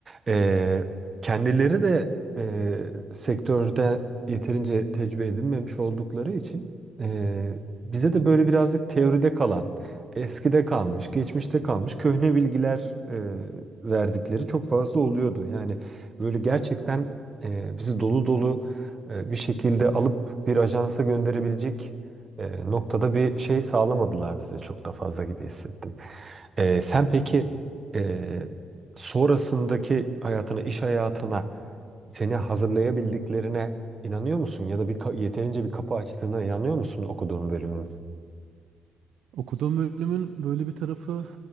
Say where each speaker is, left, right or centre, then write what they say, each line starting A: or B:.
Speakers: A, on the right; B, on the right.
A: E, kendileri de e, sektörde yeterince tecrübe edinmemiş oldukları için e, bize de böyle birazcık teoride kalan, eskide kalmış, geçmişte kalmış köhne bilgiler e, verdikleri çok fazla oluyordu. Yani böyle gerçekten e, bizi dolu dolu e, bir şekilde alıp bir ajansa gönderebilecek e, noktada bir şey sağlamadılar bize çok da fazla gibi hissettim. E, sen peki e, sonrasındaki hayatına, iş hayatına seni hazırlayabildiklerine inanıyor musun? Ya da bir ka- yeterince bir kapı açtığına inanıyor musun okuduğun bölümün?
B: Okuduğum bölümün böyle bir tarafı